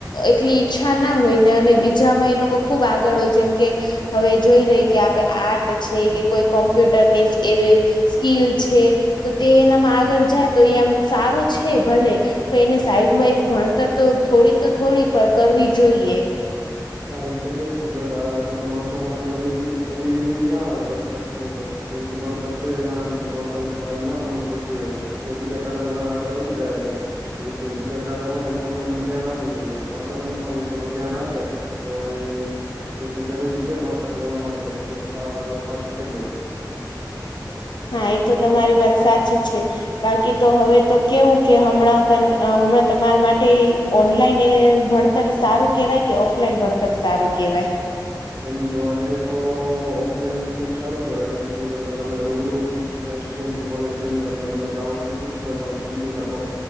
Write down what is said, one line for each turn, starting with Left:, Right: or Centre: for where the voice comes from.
Left: એટલી ઈચ્છા ના હોય ને અને બીજામાં એ લોકો ખુબ આગળ હોય જેમ કે, હવે જોઈ રહી કે, આપે આર્ટ છે કે કોઈ કોમ્પ્યુટર ની સ્કીલ, સ્કીલ છે તો તે એનામાં આગળ જાય તો એ આમ સારું છે ભલે, તો એને સાઈડમાં એક ભણતર તો થોડી તો થોડી પણ કરવી જોઈએ.
Right: હા એ તો છે જ કે બધા બધા માણસો માટે બધી બધી ના આવડે બધી તકનીકો, જેમકે ભણતર છે એ ગણ તો ભણતર ના સમજ પડતી હોય. તે બીજા કાર્યમાં ઘણા આગળ વધી રહ્યા છે. પણ એ જે બીજા કાર્ય હોય એ પણ એ ધ્યાન આપવું જોઈએ ભણતર માં પણ એ થોડુંક ધ્યાન આપે, તો એ, એટલી જરૂરી છે ભણતર બધા માટે એટલે તો બધા પાસ કરી લે છે.
Left: હા એ તો તમારી વાત સાચી છે. બાકી તો હવે તો કેવું કે, હમણાં ક હમણાં તમારા માટે, ઓનલાઈન ભણતર સારું કેવાય, કે ઓફલાઈન ભણતર સારું કેવાય.
Right: એમ જોવા જઈ તો, ઓફલાઈન ખૂબ સારું કહેવાય કેમ કે બધા તમે રૂબરૂ સ્કૂલ કે કોલેજ જઈને તમને બધો ડાઉટ, કે પૂછી શકો સમજી શકો.